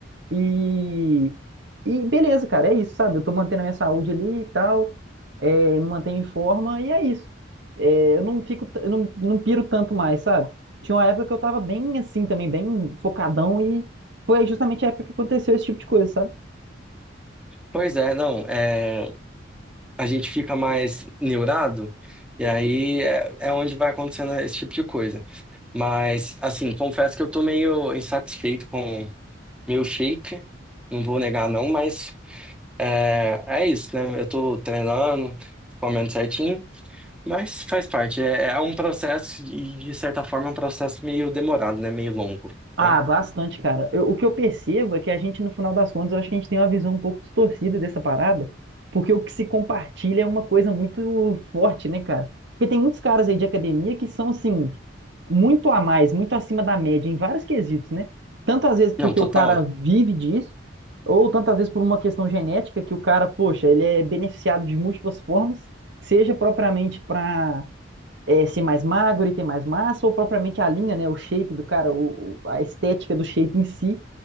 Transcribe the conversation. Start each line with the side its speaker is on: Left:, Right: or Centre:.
Right: E, e beleza, cara, é isso, sabe? Eu tô mantendo a minha saúde ali e tal, é, me mantenho em forma e é isso. É, eu não fico, t- eu não, não piro tanto mais, sabe? Tinha uma época que eu tava bem assim também, bem focadão e foi justamente a época que aconteceu esse tipo de coisa, sabe?
Centre: Pois é, não, é, a gente fica mais neurado, e aí é, é onde vai acontecendo esse tipo de coisa. Mas, assim, confesso que eu tô meio insatisfeito com meu shape, não vou negar não, mas É, é isso, né? Eu tô treinando, comendo certinho, mas faz parte. É, é um processo, e de certa forma, é um processo meio demorado, né? Meio longo.
Right: Ah,
Centre: Então,
Right: bastante, cara. Eu- o que eu percebo é que a gente, no final das contas, eu acho que a gente tem uma visão um pouco distorcida dessa parada, porque o que se compartilha é uma coisa muito forte, né, cara? Porque tem muitos caras aí de academia que são, assim, muito a mais, muito acima da média em vários quesitos, né? Tanto às vezes porque
Centre: não, total.
Right: o cara vive disso, ou tanto às vezes por uma questão genética que o cara, poxa, ele é beneficiado de múltiplas formas, seja propriamente para é, ser mais magro e ter mais massa, ou propriamente a linha, né? O shape do cara, o, o- a estética do shape em si.